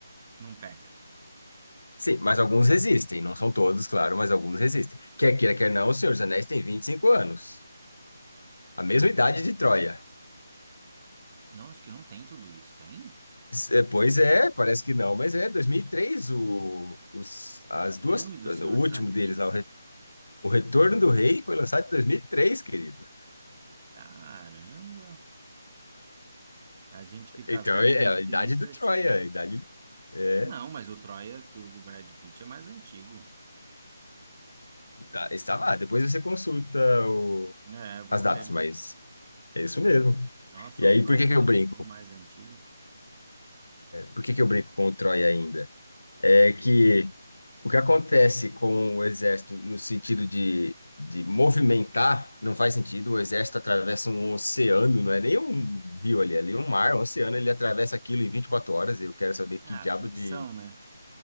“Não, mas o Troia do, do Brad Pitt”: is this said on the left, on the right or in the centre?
Right